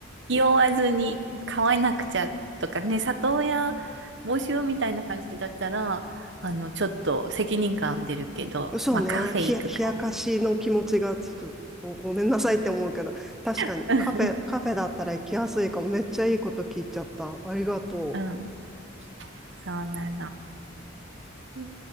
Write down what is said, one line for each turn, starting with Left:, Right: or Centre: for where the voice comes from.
Right: 気負わずに買わなくちゃとかね、里親募集みたいな感じだったら、あの、ちょっと責任感出るけど、
Centre: そうね。
Right: まあカフェ行くか。
Centre: ひや、冷やかしの気持ちがちょっとご、ごめんなさいって思うけど、確かにカフェ、
Right: <laughs>
Centre: カフェだったら行きやすいかも。めっちゃいいこと聞いちゃった。ありがとう。
Right: うん、そうなの。そうん